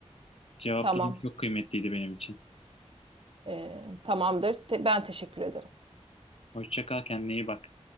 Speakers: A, on the left; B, on the right.
A: Cevapların
B: tamam.
A: çok kıymetliydi benim için.
B: Eee, tamamdır. Te- ben teşekkür ederim.
A: Hoşça kal, kendine iyi bak.